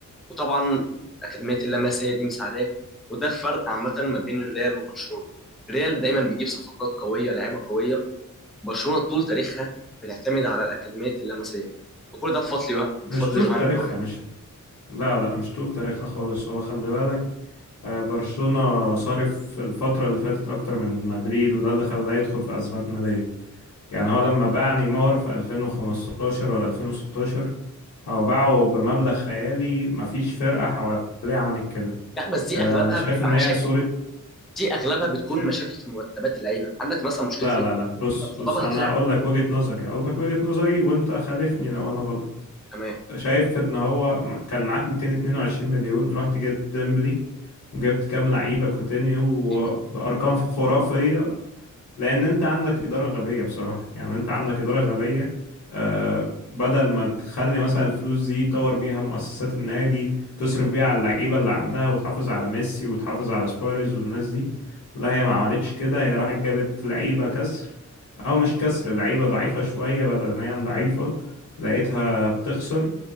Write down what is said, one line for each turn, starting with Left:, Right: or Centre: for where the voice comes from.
Centre: وطبعا اكاديميه اللمسيه دي مساعداه وده الفرق عامه ما بين الريال وبرشلونه الريال دايما بيجيب صفقات قويه لعيبه قويه برشلونه طول تاريخها بتعتمد على الاكاديميه اللمسيه وكل ده بفضل يوه... بفضل
Left: مش طول
Centre: مش يوهان
Left: تاريخها
Centre: كل كرويف
Left: مش لا لا مش طول تاريخها خالص هو خلي بالك آه، برشلونة صارف الفترة اللي فاتت أكتر من مدريد وده اللي خلاه يدخل في أزمات مالية يعني هو لما باع نيمار في 2015 ولا 2016 هو باعه بمبلغ خيالي مفيش فرقة حواليه عملت كده
Centre: لا بس دي
Left: آه،
Centre: اغلبها
Left: أنا شايف
Centre: بتبقى
Left: إن
Centre: مشاكل
Left: هي صورة
Centre: دي اغلبها بتكون
Left: شا-
Centre: مشاكل في مرتبات اللعيبه عندك مثلا مشكله
Left: لا
Centre: ليفربول
Left: لا لا بص بص
Centre: سببها
Left: أنا
Centre: طلع
Left: أقول لك وجهة نظري أقول لك وجهة نظري وأنت خالفني لو أنا غلط
Centre: تمام
Left: شايف إن هو م- كان معاك 222 مليون رحت جبت ديمبلي وجبت كام لعيبة كوتينيو وبأرقام
Centre: فاهمني
Left: خرافية لان انت عندك اداره غبيه بصراحه يعني انت عندك اداره غبيه آه بدل ما تخلي مثلا الفلوس دي تطور بيها مؤسسات النادي تصرف بيها على اللعيبه اللي عندها وتحافظ على ميسي وتحافظ على سواريز والناس دي لا هي ما عملتش كده هي راحت جابت لعيبه كسر او مش كسر لعيبه ضعيفه شويه بدنيا ضعيفه لقيتها بتخسر